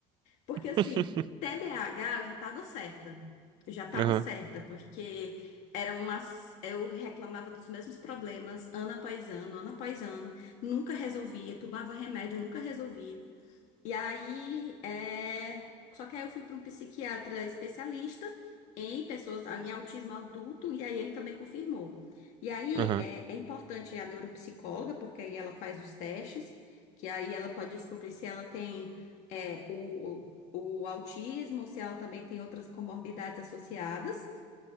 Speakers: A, on the left; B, on the right.
A: Porque
B: <laughs>
A: assim, TDAH eu já tava certa. Eu já tava
B: Aham,
A: certa, porque eram umas. Eu reclamava dos mesmos problemas ano após ano, ano após ano, nunca resolvia, tomava remédio, nunca resolvia. E aí, é... só que aí eu fui para um psiquiatra especialista em pessoas em autismo adulto, e aí ele também confirmou. E aí
B: aham.
A: é, é importante a neuropsicóloga, porque aí ela faz os testes, que aí ela pode descobrir se ela tem é, o, o autismo ou se ela também tem outras comorbidades associadas.